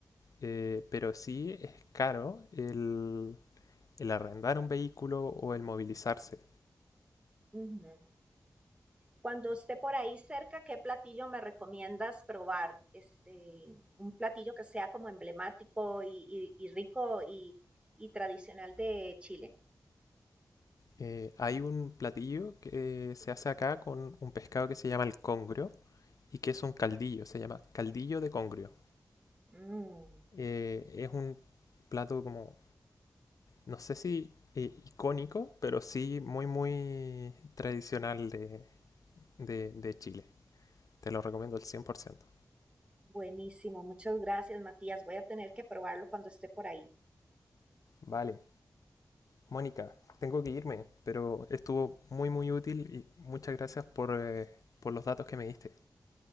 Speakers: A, on the left (about 70°); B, on the right (about 20°).
A: eh, pero sí es caro el, el arrendar un vehículo o el movilizarse.
B: uh -huh. Cuando esté por ahí cerca, ¿qué platillo me recomiendas probar? Este, un platillo que sea como emblemático y, y, y rico y, y, tradicional de Chile.
A: Eh, hay un platillo que se hace acá con un pescado que se llama el congrio y que es un caldillo, se llama caldillo de congrio.
B: Mm,
A: Eh, es un plato como, no sé si eh, icónico, pero sí muy, muy tradicional de, de, de Chile. Te lo recomiendo al 100%.
B: buenísimo, muchas gracias Matías. Voy a tener que probarlo cuando esté por ahí.
A: Vale. Mónica, tengo que irme, pero estuvo muy muy útil y muchas gracias por, eh, por los datos que me diste.